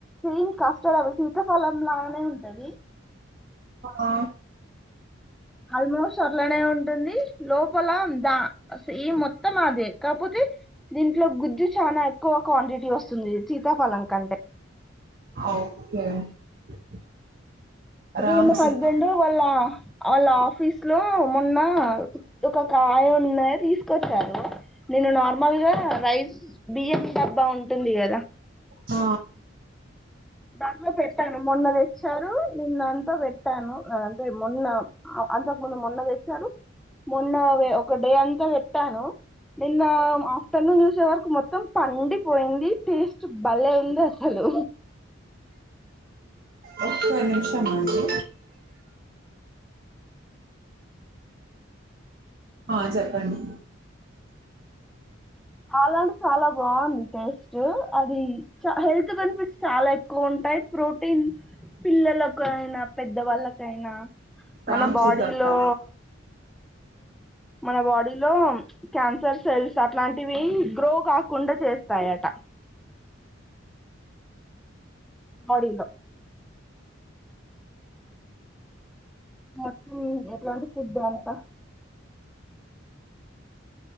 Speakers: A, in the centre; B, on the right (about 50°).
A: ఇంకా చ శీతాకాలం లానే ఉంటది
B: ఆ
A: ఆల్మోస్ట్ అట్లనే ఉంటుంది లోపల దా ఈ మొత్తం అదే కాకపోతే దీంట్లో గుజది చనా ఎక్కువ క్వాంటిటీ వస్తుంది సీతాఫలం కంటే
B: ఓకే <inaudible>
A: అయితే
B: రామ్
A: మా హస్బెండ్
B: సీత
A: వాళ్ళ వాళ్ళ ఆఫీస్ లో మొన్న ఒక కాయ ఉన్నా తీసుకొచ్చారు నేను నార్మల్ గా రైస్ బియ్యం డబ్బా ఉంటుంది కదా
B: ఆ
A: దానిలో పెట్టాను మొన్నది తెచ్చారు నిన్నంతా పెట్టాను అంటే మొన్న అంతకు ముందు మొన్న వసారు మొన్న ఒక డే అంతా పెట్టాను నిన్న ఆఫ్టర్నూన్ చూసే వరకు మొత్తం పండిపోయింది టేస్ట్ భలే ఉంది అసలు
B: పకు నిమిష అండి ఆ చెప్పండి
A: అలాంట చాలా బాగుంది టేస్ట్ అది చ హెల్త్ బెనిఫిట్స్ చాలా ఎక్కువ ఉంటాయి ప్రోటీన్ పిల్లలకు అయినా పెద్దవాళ్ళకైనా మన
B: రామ్
A: బాడీలో
B: సీతాఫల్
A: మన బాడీలో క్యాన్సర్ సెల్స్ అట్లాంటి గ్రో కాకుండా చేస్తాయట నడిల్ మొత్తం ఎట్లాంటి శుద్ధ అంతా